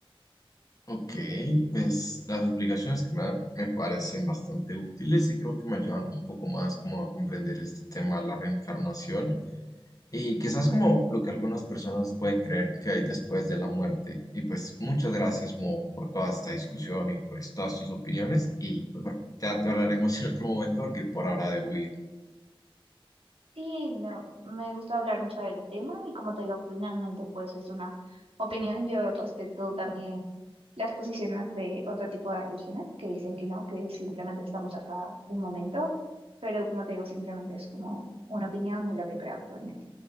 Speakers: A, on the left; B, on the right.
A: Ok, pues las explicaciones que me dan me parecen bastante útiles y creo que me ayudan un poco más como a comprender este tema de la reencarnación. Y quizás como lo que algunas personas pueden creer que hay después de la muerte. Y pues muchas gracias como por toda esta discusión y pues todas tus opiniones. Y pues bueno, ya te hablaremos en otro momento porque por ahora debo ir.
B: Sí, me, me gustó hablar mucho del tema y como te digo, finalmente pues es una opinión. Yo respeto también las posiciones de otro tipo de religiones que dicen que no, que simplemente estamos acá un momento, pero como te digo, simplemente es como una opinión en lo que creo actualmente.